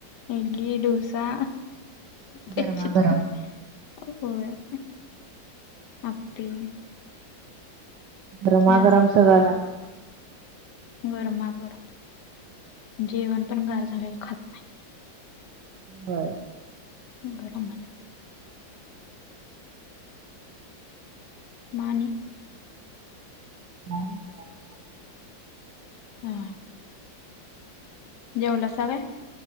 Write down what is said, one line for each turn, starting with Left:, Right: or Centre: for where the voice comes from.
Left: इडली, डोसा, पाहिजे
Right: गरमा गरम
Left: होय आप्पे.
Right: गरमागरम
Left: हे
Right: सगळ्यांना लागते.
Left: गरमागरम जेवण पण गार झालेलं खात नाही‌.
Right: होय
Left: गरम, मग आणि
Right: <inaudible>
Left: हा जेवला सा काय.